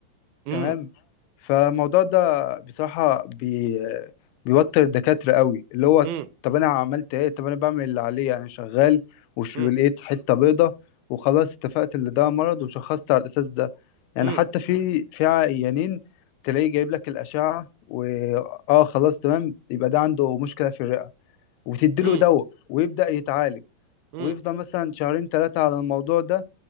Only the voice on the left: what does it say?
تمام فالموضوع ده بصراحة بي... بيوتر الدكاترة قوي اللي هو
طب أنا عملت إيه طب أنا بعمل اللي عليا أنا شغال وش
لقيت حتة بيضة وخلاص اتفقت اللي ده مرض وشخصت على الأساس ده يعني
حتى في في عيانين تلاقيه جايب لك الأشعة و آه خلاص تمام يبقى ده عنده مشكلة في الرئة وتديله
دواء ويبدأ يتعالج
ويفضل مثلا شهرين ثلاثة على الموضوع ده